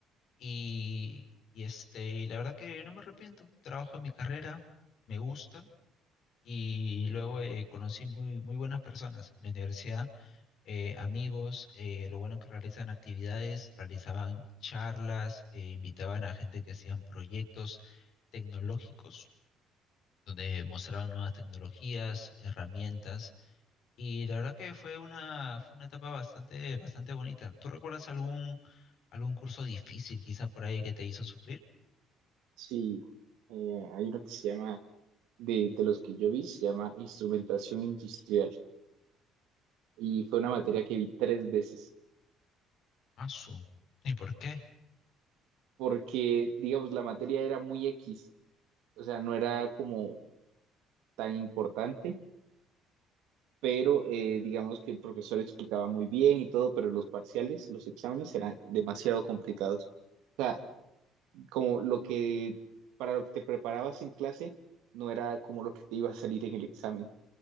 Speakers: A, on the left (about 65°); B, on the right (about 80°).
A: Y, y, este, y la verdad que no me arrepiento. Trabajo en mi carrera, me gusta. Y luego eh, conocí muy, muy buenas personas en la universidad, eh, amigos, eh, lo bueno que realizan actividades, realizaban charlas, eh, invitaban a gente que hacían proyectos tecnológicos, donde mostraban nuevas tecnologías, herramientas. Y la verdad que fue una, fue una etapa bastante, bastante bonita. ¿Tú recuerdas algún, algún curso difícil quizá por ahí que te hizo sufrir?
B: Sí, eh, hay uno que se llama, de, de los que yo vi, se llama Instrumentación Industrial y fue una materia que vi tres veces.
A: Asu. ¿Y por qué?
B: Porque, digamos, la materia era muy X, o sea, no era como tan importante, pero eh, digamos que el profesor explicaba muy bien y todo, pero los parciales, los exámenes eran demasiado complicados. O sea, como lo que, para lo que te preparabas en clase, no era como lo que te iba a salir en el examen.